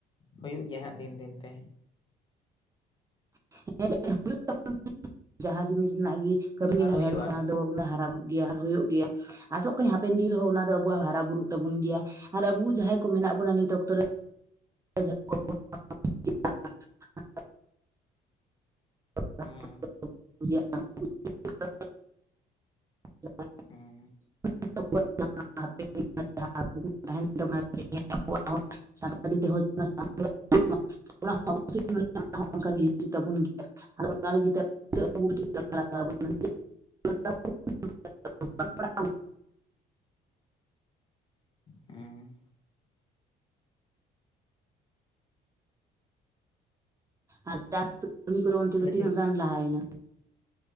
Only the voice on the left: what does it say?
ᱦᱩᱭᱩᱜ ᱜᱮᱭᱟ ᱦᱟᱸᱜ ᱫᱤᱱ ᱫᱤᱱᱛᱮ᱾
ᱟᱨ
ᱦᱩᱭᱩᱜᱼᱟ
ᱦᱩᱸ ᱦᱮᱸ ᱦᱮᱸ᱾
ᱦᱮᱸ
ᱛᱟᱦᱚᱞᱮ
ᱪᱮᱫ